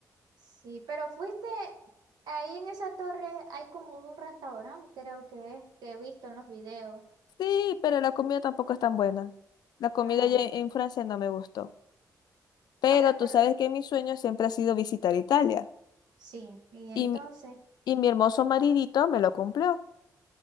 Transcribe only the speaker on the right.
Sí, pero fuiste ahí en esa torre, hay como un restaurante, creo que es, que he visto en los videos.
Ah,
bueno,
pero
sí, y entonces,